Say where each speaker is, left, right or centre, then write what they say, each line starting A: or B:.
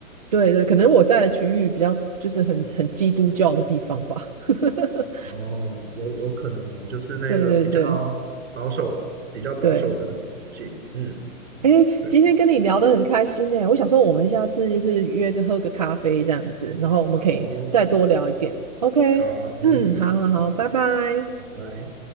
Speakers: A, on the right; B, on the right.
A: 对对，可能我在的区域比较就是很很基督教的地方吧。<laughs>
B: 哦，有有可能哦，就是那个比较
A: 对对对
B: 保守、比较保守的那个性，
A: 对，
B: 嗯，
A: 哎，
B: 对，
A: 今天跟你聊得很开心哎，我想说我们下次就是约个喝个咖啡这样子，然后我们可以再多聊一点。
B: 好，
A: OK，
B: 好，没问题，
A: 嗯，好好好，
B: 好，
A: 拜拜。
B: 拜拜。